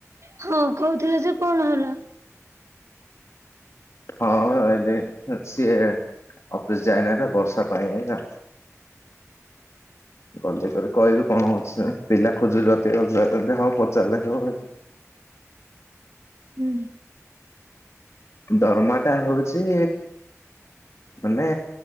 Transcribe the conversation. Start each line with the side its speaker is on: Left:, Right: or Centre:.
Right: ହଁ ହରଠିକ୍ ଅଛି କଣ ହେଲା।
Left: ହଁ ସିଏ ଅଫିସ ଯାଇନାହିଁ ତ ବର୍ଷା ପାଇଁ ଏକା। ବଜେଟରେ କହିଲୁ କଣ ହଉଛିସାର ପିଲା ଖୋଜୁଚନ୍ତି ରୋଜଗାର କରେନ୍ତେ ହଉ ପଚାରିଲେ ଯୋଉ
Right: ହୁଁ।
Left: ଦରମା ଟା ହଉଛି ମାନେ